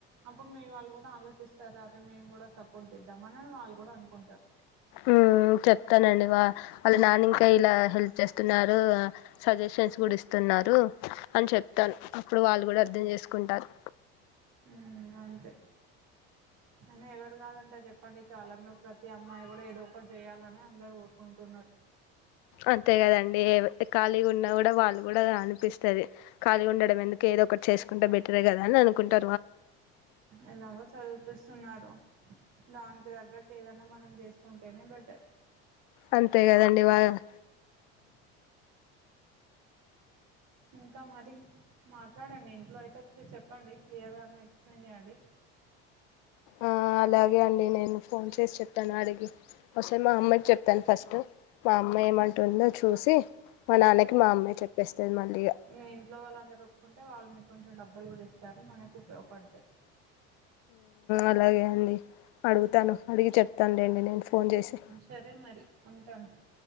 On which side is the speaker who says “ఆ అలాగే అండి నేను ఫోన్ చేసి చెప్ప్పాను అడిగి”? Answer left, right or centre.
Left